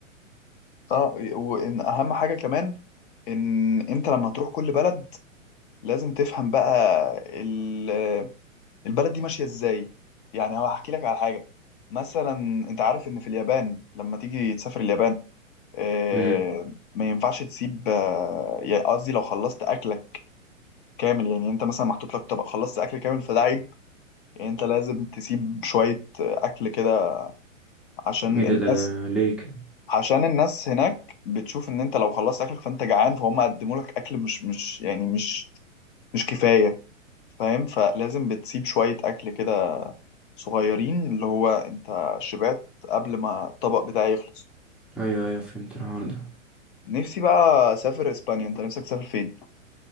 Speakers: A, on the left (about 40°); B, in the centre.
A: آه، وإن أهم حاجة كمان إن أنت لما هتروح كل بلد لازم تفهم بقى ال- آه، البلد دي ماشية إزاي يعني هحكي لك على حاجة مثلا أنت عارف إن في اليابان لما تيجي تسافر اليابان آه،
B: امم
A: ما ينفعش تسيب آه، يعني قصدي لو خلصت اكلك كامل يعني انت مثلا محطوط لك طبق خلصت اكل كامل فده عيب يعني انت لازم تسيب شوية آه، اكل كده عشان
B: ايه ده
A: الناس
B: ده ليه كده
A: عشان الناس هناك بتشوف ان انت لو خلصت اكلك فانت جعان فهم قدموا لك اكل مش مش يعني مش مش كفاية فاهم فلازم بتسيب شوية اكل كده صغيرين اللي هو انت شبعت قبل ما الطبق بتاعي يخلص
B: ايوه ايوه فهمت الحوار ده
A: نفسي بقى اسافر اسبانيا انت نفسك تسافر فين